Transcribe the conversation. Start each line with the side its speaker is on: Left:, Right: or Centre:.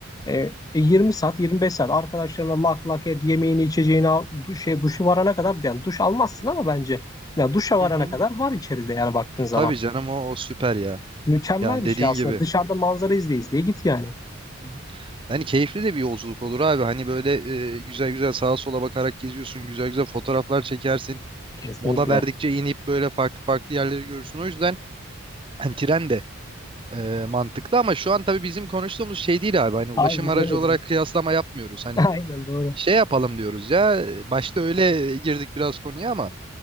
Left: E, e, yirmi saat 25 saat arkadaşlarına lak lak et yemeğini içeceğini al, duş, şey, duşu varana kadar yani duş almazsın ama bence ya duşa
Right: Hı
Left: varana
Right: hı.
Left: kadar var içeride yani baktığın zaman.
Right: Tabii canım o, o süper ya.
Left: Mükemmel
Right: Yani
Left: bir
Right: dediğin
Left: şey aslında.
Right: gibi.
Left: Dışarıda manzara izle izleye git yani.
Right: Hı hı. Hani keyifli de bir yolculuk olur abi. Hani böyle e, güzel güzel sağa sola bakarak geziyorsun. Güzel güzel fotoğraflar çekersin.
Left: Kesinlikle.
Right: Mola verdikçe inip böyle farklı farklı yerleri görürsün. O yüzden hani tren de e, mantıklı ama şu an tabii bizim konuştuğumuz şey değil abi. Hani ulaşım
Left: Abi biz
Right: aracı
Left: ne dedik?
Right: olarak kıyaslama yapmıyoruz. Hani
Left: <laughs> Aynen doğru.
Right: şey yapalım diyoruz ya. Başta öyle girdik biraz konuya ama